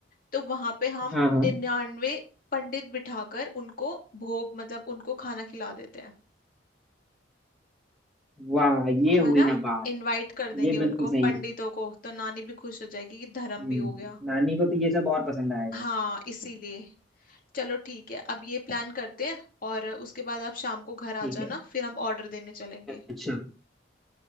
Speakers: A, on the left; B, in the centre.
A: तो वहां पे हम
B: हाँ हाँ
A: निन्यानवे पंडित बिठाकर उनको भोग मतलब उनको खाना खिला देते हैं
B: वाह ये
A: है
B: हुई
A: ना
B: ना बात
A: इनवाइट कर देंगे
B: ये बिल्कुल
A: उनको
B: सही
A: पंडितों
B: है
A: को तो नानी भी खुश हो जाएगी कि धर्म
B: हम्म,
A: भी हो गया
B: नानी को तो ये सब और पसंद आएगा
A: हाँ इसीलिए चलो ठीक है अब ये प्लान करते हैं और उसके बाद आप शाम को घर आ
B: ठीक
A: जाना
B: है
A: फिर हम ऑर्डर देने चलेंगे
B: अच्छा